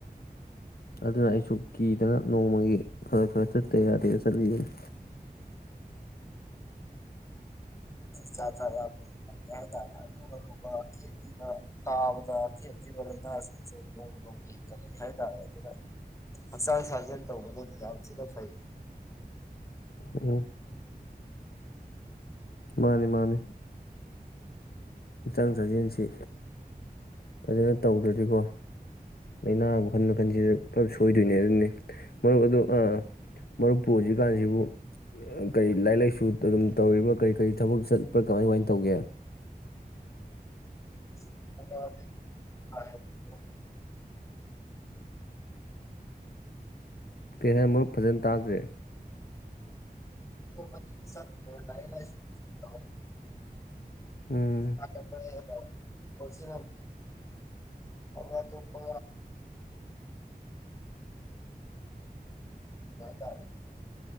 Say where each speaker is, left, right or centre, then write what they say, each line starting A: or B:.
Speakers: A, on the left; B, on the left.
A: ꯑꯗꯨꯅ ꯑꯩꯁꯨ ꯀꯤꯗꯅ ꯅꯣꯡꯃꯒꯤ ꯈꯔ ꯈꯔ ꯆꯠꯇ ꯌꯥꯗꯦ ꯆꯠꯂꯤꯕꯅꯤ
B: ꯆꯥꯊꯔꯛ ꯍꯥꯏ ꯇꯔꯦ ꯑꯔꯨ ꯑꯔꯨꯕ ꯀꯦꯈꯤꯕ ꯇꯥꯕꯗ ꯀꯦꯈꯤꯕ ꯂꯩ ꯍꯥꯏ ꯇꯔꯦ ꯑꯗꯨꯗ ꯍꯛꯆꯥꯡ ꯁꯥꯖꯜ ꯁꯤꯅꯥ ꯐꯥꯏ <inaudible>
A: ꯎꯝ ꯃꯥꯅꯤ ꯃꯥꯅꯤ ꯍꯛꯆꯥꯡ ꯆꯥꯛꯖꯦꯜꯁꯤ ꯐꯖꯅ ꯇꯧꯗ꯭ꯔꯗꯤꯀꯣ ꯂꯥꯏꯅꯥ ꯃꯈꯜ ꯃꯈꯜꯁꯤꯗ ꯄꯨꯂꯞ ꯁꯣꯏꯗꯣꯏꯅꯦ ꯑꯗꯨꯅꯤ ꯃꯔꯨꯞ ꯑꯗꯨ ꯃꯔꯨꯞꯄꯨ ꯍꯧꯖꯤꯛꯀꯥꯟꯁꯤꯕꯨ ꯀꯔꯤ ꯂꯥꯏꯔꯤꯛ ꯂꯥꯏꯁꯨ ꯑꯗꯨꯝ ꯇꯧꯔꯤꯕꯥ ꯀꯔꯤ ꯀꯔꯤ ꯊꯕꯛ ꯆꯠꯄ꯭ꯔꯥ ꯀꯃꯥꯏ ꯀꯃꯥꯏꯅ ꯇꯧꯒꯦ
B: <unintelligible>
A: ꯀꯩꯍꯥꯏ ꯃꯔꯨꯞ ꯐꯖꯟ ꯇꯗꯔꯦ
B: <inaudible> <unintelligible>
A: ꯎꯝ
B: ꯑ ꯐ <inaudible> <unintelligible> ꯁꯤ ꯑꯗꯨ ꯑꯗꯨ ꯐꯣ ꯇ